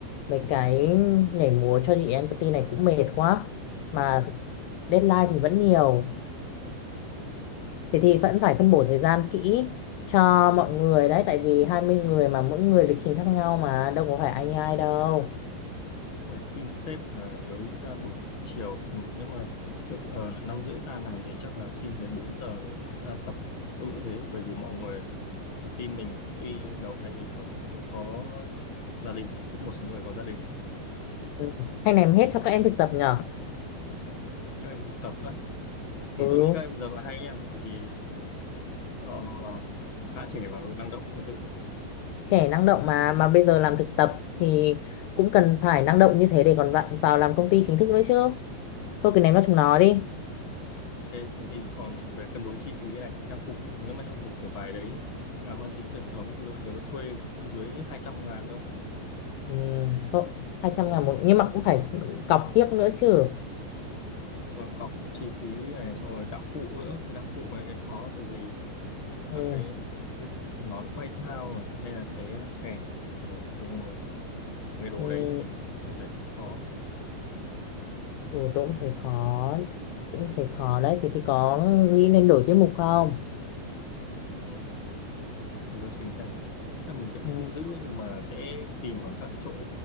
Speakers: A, on the left; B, on the left.
A: mấy cái nhảy múa cho chị empathy này cũng mệt quá mà deadline thì vẫn nhiều thế thì vẫn phải phân bổ thời gian kỹ cho mọi người đấy tại vì 20 người mà mỗi người lịch trình khác nhau mà đâu có phải ai như ai đâu
B: chắc phải xin sếp là lấy ra buổi chiều tầm nếu mà trước giờ là năm rưỡi tan làm thì chắc là xin đến 4 giờ rồi ra tập tôi nghĩ thế bởi vì mọi người Và team mình tuy đầu 2000 mà cũng có gia đình, cũng một số người có gia đình á.
A: ừ. hay ném hết cho các em thực tập nhở
B: Các em thực tập á. Ừ,
A: ừ
B: tôi nghĩ các em giờ là hay nha, bởi vì ờ, khá trẻ và năng động thật sự.
A: trẻ năng động mà mà bây giờ làm thực tập thì cũng cần phải năng động như thế để còn bạn vào làm công ty chính thức nữa chứ thôi cứ ném vào chúng nó đi
B: Thế, thế thì còn về cân đối chi phí này, trang phục, nếu mà trang phục của bài đấy à, mang tính truyền thống thì tôi nhớ thuê cũng không dưới 200 ngàn đâu.
A: ừ, thôi 200 ngàn một nhưng mà cũng phải cọc tiếp nữa chứ
B: Và cọc chi phí này, xong rồi đạo cụ nữa. Cái đạo cụ này cái khó bởi vì
A: ừ.
B: các cái nón quay thao à, hay là cái kèn, ồ, đúng rồi. Cái đồ
A: Ừ.
B: đấy để, để cũng khó
A: Ừ, tôi cũng thấy khó cũng thấy khó đấy thì, thì có nghĩ nên đổi tiết mục không
B: Ừ. Thế tôi tính xem nào. chắc mình vẫn
A: ừ.
B: cứ giữ nhưng mà sẽ tìm ở các chỗ